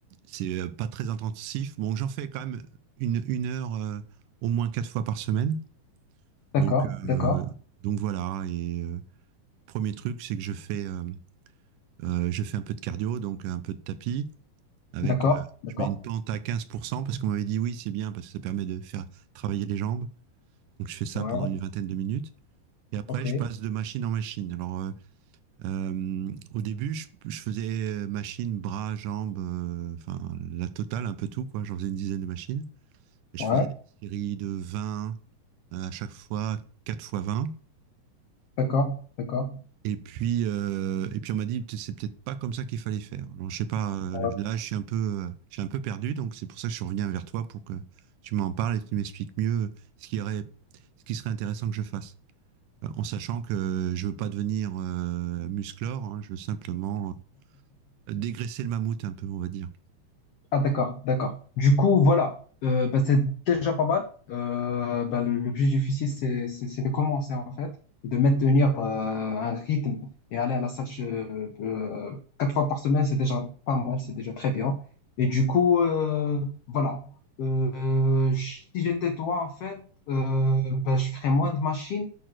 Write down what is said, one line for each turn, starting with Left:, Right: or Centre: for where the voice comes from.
Right: c'est euh, pas très intensif. Bon, j'en fais quand même une une heure euh, au moins quatre fois par semaine.
Left: D'accord,
Right: Donc euh,
Left: d'accord,
Right: donc voilà et euh, premier truc, c'est que je fais, euh, euh, je fais un peu de cardio, donc un peu de tapis. Avec,
Left: d'accord,
Right: euh,
Left: d'accord.
Right: je mets une pente à 15% parce qu'on m'avait dit oui, c'est bien parce que ça permet de faire travailler les jambes. Donc je fais ça
Left: Ouais,
Right: pendant une vingtaine de minutes. Et après,
Left: ok,
Right: je passe de machine en machine. Alors, euh, euh, au début, je, je faisais machine, bras, jambes, euh, enfin, la totale, un peu tout, quoi. J'en faisais une dizaine de machines. Et je
Left: ouais,
Right: faisais des séries de 20 euh, à chaque fois, 4 fois vingt
Left: d'accord, d'accord.
Right: Et puis, euh, et puis on m'a dit, c'est peut-être pas comme ça qu'il fallait faire. Alors, je sais pas,
Left: Ouais.
Right: euh, là, je suis un peu, euh, je suis un peu perdu, donc c'est pour ça que je reviens vers toi pour que tu m'en parles et que tu m'expliques mieux ce qui aurait, ce qui serait intéressant que je fasse. Euh, En sachant que je veux pas devenir euh, musclore, hein, je veux simplement dégraisser le mammouth un peu, on va dire.
Left: Ah d'accord, d'accord. Du coup, voilà, Euh, bah, c'est déjà pas mal. Euh, bah, le, le plus difficile, c'est, c'est, c'est de commencer en fait, et de maintenir euh, un rythme et aller à la salle euh, euh, quatre fois par semaine, c'est déjà pas mal, c'est déjà très bien. Et du coup, euh, voilà. Euh, je- si j'étais toi en fait, euh, bah, je ferais moins de machines.